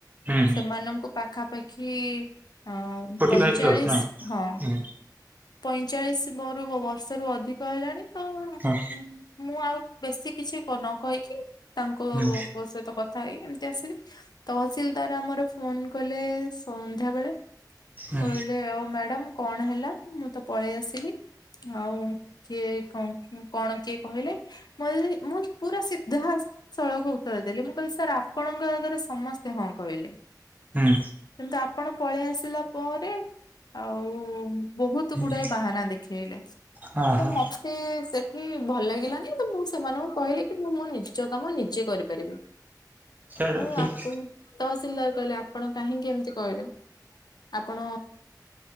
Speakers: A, on the right (about 25°); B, on the left (about 65°).
A: ହୁଁ
B: ସେମାନଙ୍କୁ ପାଖାପାଖି ହଁ
A: ଫୋର୍ଟି
B: ପଇଁଚାଳିଶି
A: ଫାଇଭ୍ ପ୍ଲସ୍ ନା
B: ହଁ।
A: ହୁଁ
B: ପଇଁଚାଳିଶି ମୋର ବର୍ଷ ରୁ ଅଧିକ ହେଲାଣି ତ
A: ହଁ।
B: ଉଁ ମୁଁ ଆଉ ବେଶୀ କିଛି ନ କହିକି ତାଙ୍କ
A: ହୁଁ
B: ସହିତ କଥା ହେଇକି ଆସିଲି ତହସିଲଦାର ଆମର ଫୋନ କଲେ ସନ୍ଧ୍ୟାବେଳେ।
A: ହୁଁ
B: କହିଲେ ଆଉ ମ୍ୟାଡାମ କଣ ହେଲା ମୁଁ ତ ପଳେଇ ଆସିଲି। ଆଉ କିଏ କ କଣ କିଏ କହିଲେ <unintelligible> ମୁଁ ପୁରା ସିଧା ସ ସଳଖ ଉତ୍ତର ଦେଲି ମୁଁ କହିଲି ସାର୍ ଆପଣଙ୍କ ଆଗରେ ସମସ୍ତେ ହଁ କହିଲେ।
A: ହୁଁ
B: କିନ୍ତୁ ଆପଣ ପଳେଇ ଆସିଲା ପରେ ଆଉ ବହୁତ୍
A: ହୁଁ
B: ଗୁଡ଼ାଏ ବାହାନା ଦେଖେଇଲେ
A: ହଁ
B: ତ
A: ହଁ
B: ମତେ ସେଠି ଭଲ ଲାଗ ଲାନି ତ ମୁଁ ସେମାନଙ୍କୁ କହିଲି କି ମୁଁ ମୋ ନିଜ କାମ ନିଜେ କରିପାରିବି।
A: ସେଇଟା
B: ମୁଁ
A: ଠିକ୍
B: ଆପଣ ତହସିଲଦାର କହିଲେ ଆପଣ କାହିଁକି ଏମିତି କହିଲେ? ଆପଣ